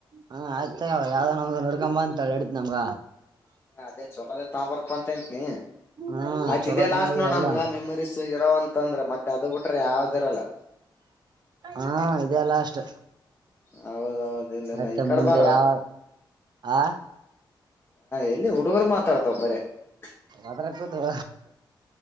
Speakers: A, on the right; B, on the left.
A: ಹಾ ಆಯ್ತಗ ಅವ್ ಯಾವ್ದ ಒ ನಡ್ಕೊಂಬ ಅಂತ ಹೇಳಿ ಹೇಳಡಿತ್ ನಮ್ಗ
B: ಅದೇ ಚಲೋದೇ ತಾಂಬಾರಪ್ಪ ಅಂತ ಅಂತೀನಿ
A: ಹಾ
B: ಆಯ್ತ್
A: ಚಲೋತ್ನಾಗಿ
B: ಇದೇ ಲಾಸ್ಟ್ ನೋಡ್
A: ಅಲ್ಲ
B: ನಮ್ಗ
A: <inaudible>
B: ಮೆಮರೀಸ್ ಇರೋ ಅಂತಂದ್ರ ಮತ್ತೆ ಅದ ಬಿಟ್ರೆ ಯಾವ್ದಿರಲ್ಲ
A: ಹಾ ಇದೆಲ್ಲ <inaudible> ಅಷ್ಟ
B: ಹೌದೌದು
A: ಮತ್ತೆ
B: ಈ ಕಡೆ
A: ಮುಂದೆ
B: ಬಾರ
A: ಯಾವ ಆ
B: ಎಲ್ಲಿ ಹುಡುಗರು ಮಾತ್ರ ತರ್ತಬರ <unintelligible>
A: ಅದ್ರ ಕೂತ <inaudible>